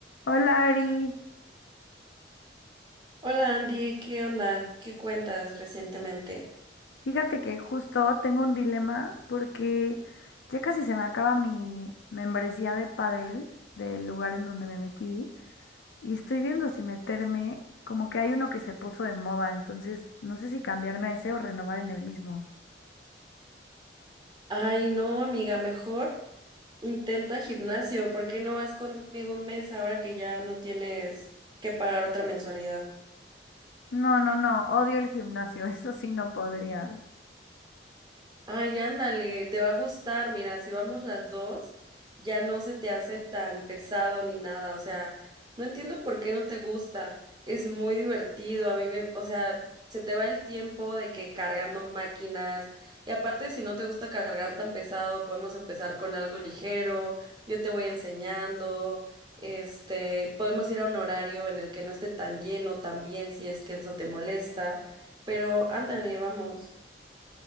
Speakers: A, on the left; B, on the right.
A: Hola Ari,
B: Hola Andy, ¿qué onda? ¿Qué cuentas recientemente?
A: fíjate que justo tengo un dilema porque ya casi se me acaba mi membresía de Padel del lugar en donde me metí y estoy viendo si meterme, como que hay uno que se puso de moda, entonces no sé si cambiarme a ese o renovar en el mismo.
B: Ay, no, amiga, mejor intenta gimnasio. ¿Por qué no vas conmigo un mes ahora que ya no tienes que pagar otra mensualidad?
A: No, no, no, odio el gimnasio, <laughs> eso sí no podría.
B: Ay, ándale, te va a gustar. Mira, si vamos las dos, ya no se te hace tan pesado ni nada. O sea, no entiendo por qué no te gusta. Es muy divertido. A mí me, o sea, se te va el tiempo de que cargando máquinas. Y aparte, si no te gusta cargar tan pesado, podemos empezar con algo ligero. Yo te voy enseñando. Este, podemos ir a un horario en el que no esté tan lleno también, si es que eso te molesta. Pero ándale, vamos.